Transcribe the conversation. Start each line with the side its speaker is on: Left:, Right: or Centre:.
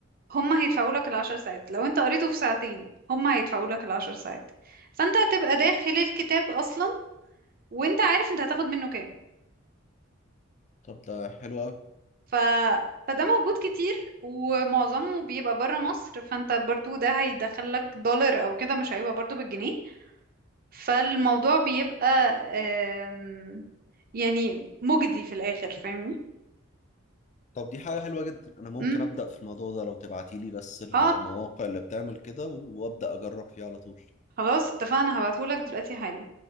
Right: هما هيدفعوا لك العشر ساعات لو انت قريته في ساعتين هما هيدفعوا لك العشر ساعات فانت هتبقى داخل الكتاب اصلا وانت عارف انت هتاخد منه كام
Left: طب ده حلو قوي
Right: ف... فده موجود كتير ومعظمه بيبقى برا مصر فانت برضو ده هيدخل لك دولار او كده مش هيبقى برضو بالجنيه فالموضوع بيبقى آم، يعني مجدي في الاخر فاهمني
Left: طب دي حاجة حلوة جدا انا ممكن
Right: مم.
Left: ابدأ في الموضوع ده لو تبعتيلي بس المواقع
Right: اه
Left: اللي بتعمل كده وابدأ اجرب فيه على طول
Right: خلاص اتفقنا هبعتهولك دلوقتي حالا